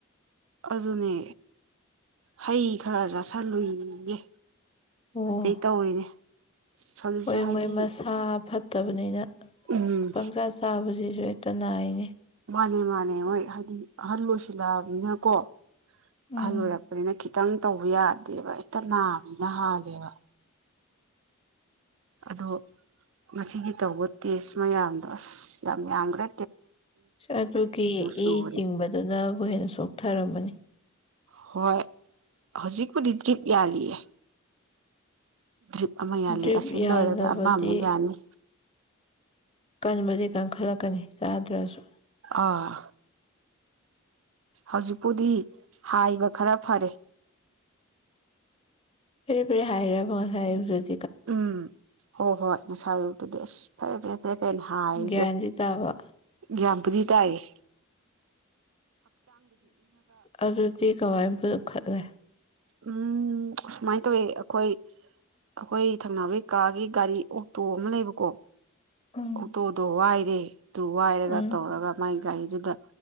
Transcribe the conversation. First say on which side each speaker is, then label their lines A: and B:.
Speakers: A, on the right; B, on the left.
A: ꯑꯗꯨꯅꯦ ꯍꯩ ꯈꯔ ꯆꯥꯁꯤꯜꯂꯨꯏꯌꯦꯌꯦ
B: ꯑꯣ
A: ꯑꯗꯩ ꯇꯧꯔꯤꯅꯦ ꯍꯧꯖꯤꯛꯁꯦ
B: ꯍꯣꯏ
A: ꯍꯥꯏꯗꯤ
B: ꯃꯣꯏ ꯃꯁꯥ ꯐꯠꯇ ꯐꯠꯇꯕꯅꯤꯅ
A: ꯎꯝ
B: ꯄꯪꯆꯥ ꯆꯥꯕꯁꯤ ꯁꯨ ꯍꯦꯛꯇ ꯅꯥꯏꯅꯦ
A: ꯃꯥꯅꯦ ꯃꯥꯅꯦ ꯃꯣꯏ ꯍꯥꯏꯗꯤ ꯑꯍꯜ ꯑꯣꯏꯁꯤꯜꯂꯛꯑꯕꯅꯤꯅꯀꯣ
B: ꯎꯝ
A: ꯑꯍꯜ ꯑꯣꯢꯔꯛꯄꯅꯤꯅ ꯈꯤꯇꯪ ꯈꯤꯇꯪ ꯇꯧꯕ ꯌꯥꯗꯦꯕ ꯍꯦꯛꯇ ꯅꯥꯕꯅꯤꯅ ꯍꯥꯜꯂꯦꯕ ꯑꯗꯣ ꯉꯁꯤꯒꯤ ꯇꯧꯕ ꯇꯦꯁ ꯃꯌꯥꯝꯗꯣ ꯑꯁ ꯌꯥꯝ ꯌꯥꯝꯒ꯭ꯔꯦ
B: ꯑꯗꯨꯒꯤ
A: ꯁꯨꯕꯅꯦ
B: ꯏ ꯆꯤꯡꯕꯗꯨꯅ ꯕꯨ ꯍꯦꯟꯅ ꯁꯣꯛꯊꯔꯝꯃꯅꯤ
A: ꯍꯣꯏ ꯍꯧꯖꯤꯛꯄꯨꯗꯤ ꯗ꯭ꯔꯤꯞ ꯌꯥꯜꯂꯤꯑꯦ ꯗ꯭ꯔꯤꯞ ꯑꯃ ꯌꯥꯜꯂꯤ
B: ꯗ꯭ꯔꯤꯞ
A: ꯑꯁꯤ
B: ꯌꯥꯜꯂꯕꯗꯤ
A: ꯂꯣꯏꯔꯒ ꯑꯃꯃꯨꯛ ꯌꯥꯟꯅꯤ
B: ꯀꯟꯕꯗꯤ ꯀꯟ ꯈꯜꯂꯛꯀꯅꯤ ꯆꯥꯗ꯭ꯔꯁꯨ
A: ꯑꯥ ꯍꯧꯖꯤꯛꯄꯨꯗꯤ ꯍꯥꯏꯕ ꯈꯔ ꯐꯔꯦ
B: ꯐꯦꯔꯦ ꯐꯦꯔꯦ ꯍꯥꯏꯔꯥꯕ ꯉꯁꯥꯢ
A: ꯎꯝ ꯍꯣꯏ ꯍꯣꯏ ꯉꯁꯥꯢ ꯑꯌꯨꯛꯇꯗꯤ ꯑꯁ ꯐꯔꯦ ꯐꯔꯦ ꯐꯔꯦꯅ ꯍꯥꯏꯔꯤꯁꯦ
B: ꯒ꯭ꯌꯥꯟꯗꯤ ꯇꯥꯕ
A: ꯒ꯭ꯌꯥꯟꯕꯨꯗꯤ ꯇꯥꯢꯌꯦ
B: ꯑꯗꯨꯗꯤ ꯆꯦ ꯀꯥꯃꯏ ꯄꯨꯈꯠꯂꯦ
A: ꯎꯝ ꯑꯁꯨꯃꯥꯏꯅ ꯇꯧꯋꯦ ꯑꯩꯈꯣꯏ ꯑꯩꯈꯣꯏ ꯊꯪꯅꯕꯒꯤ ꯀꯥꯒꯤ ꯒꯥꯔꯤ ꯑꯣꯛꯇꯣ ꯑꯃ ꯂꯩꯕꯀꯣ
B: ꯎꯝ
A: ꯑꯣꯇꯣꯗꯣ ꯋꯥꯏ ꯔꯦ ꯇꯨ ꯋꯥꯏꯔꯒ
B: ꯎꯝ
A: ꯇꯧꯔꯒ ꯃꯥꯏ ꯒꯥꯔꯤꯗꯨꯗ